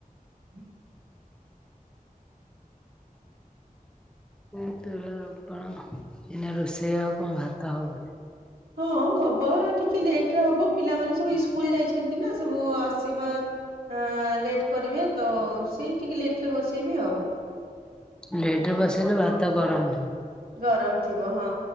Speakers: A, on the right; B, in the centre.
A: ହୁଁ
B: <unintelligible> ଆପଣ ଏଇନେ ରୋଷେଇ ଆଉ କଣ ଭାତ ହବ ବୋଧେ?
A: ହଁ ହବ ଟିକେ ଲେଟରେ ହବ। ପିଲାମାନେ ସବୁ ଇସ୍କୁଲ ଯାଇଛନ୍ତି ନା ସବୁ ଆସିବା ଏଁ ଲେଟ୍ କରିବେ ତ ସିଇ ଟିକେ ଲେଟ ରେ ବସେଇବି ଆଉ।
B: ଲେଟରେ ବସେଇଲେ ଭାତ ଗରମ।
A: ଗରମ ଥିବ ହଁ।